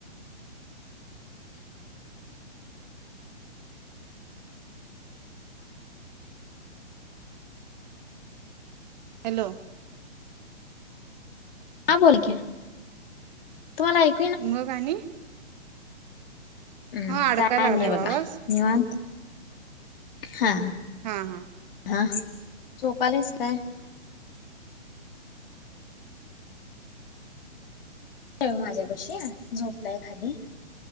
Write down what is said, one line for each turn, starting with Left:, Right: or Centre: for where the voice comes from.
Right: हॅलो
Left: हा बोल की. तुम्हाला ऐक
Right: मग आणी
Left: हम्म
Right: हा अडकायला
Left: काय नाही
Right: लागलाय
Left: बघा
Right: ओ आवाज
Left: निवांत हा.
Right: हा हा
Left: हा झोपालायस काय? ह माझ्या पशी झोपलाय खाली